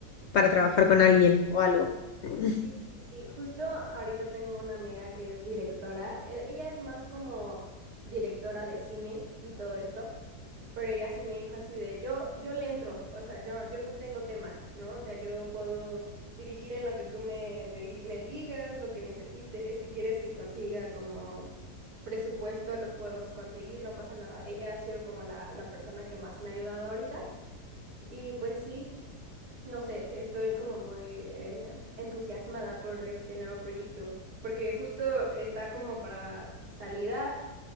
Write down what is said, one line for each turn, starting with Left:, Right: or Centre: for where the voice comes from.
Left: para trabajar
Right: <laughs>
Left: con alguien o algo. Uf,
Right: Sí, sí, sí. Justo ahorita tengo una amiga que es directora. e- Ella es más como directora de cine y todo esto. Pero ella sí me dijo así de, yo, yo le entro, o sea, yo, yo no tengo tema, ¿no? O sea, yo puedo dirigir en lo que tú me, di- me digas, lo que necesites, si quieres que consiga como presupuesto, lo podemos conseguir, no pasa nada. Ella ha sido como la, la persona que más me ha ayudado ahorita y pues sí, no sé, estoy como muy eh, entusiasmada por este nuevo proyecto, porque justo está como para salida